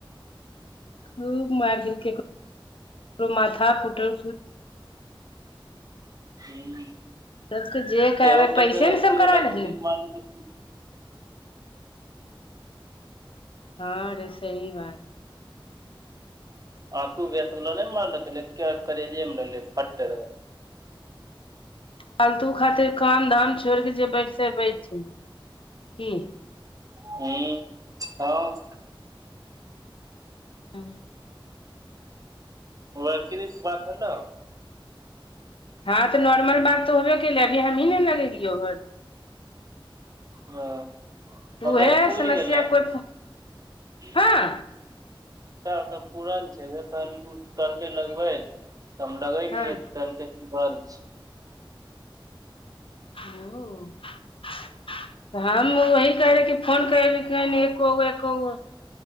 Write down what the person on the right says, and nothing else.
हूं।
एगो के
त अथीवला
गोली मारने
आंसू गैस बला नहि मारलके करेजे मे लगलै फट दऽ।
हूॅं -हॅं।
बड़की दी से बात होलौ।
हां। ओकर
पूर
गेलै।
त
ओकर पूरल छै, उहे कहलु कहलकै लगबैल तऽ हम लगेलियै
कहलकै बन्द छै।